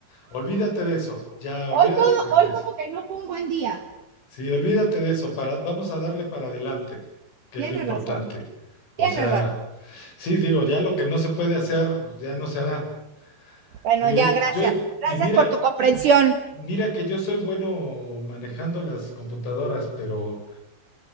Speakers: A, on the left; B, on the right.
A: Olvídate de eso, ya, olvídate
B: Hoy todo,
A: de
B: hoy
A: eso.
B: como que no fue un buen día.
A: Sí, olvídate de eso, para, vamos a darle para adelante, que
B: Tienes
A: es lo importante.
B: razón,
A: O
B: tienes
A: sea,
B: razón.
A: sí, digo, ya lo que no se puede hacer, ya no se hará.
B: Bueno,
A: Digo,
B: ya, gracias.
A: yo,
B: Gracias
A: y mira,
B: por tu comprensión.
A: mira que yo soy bueno manejando las computadoras, pero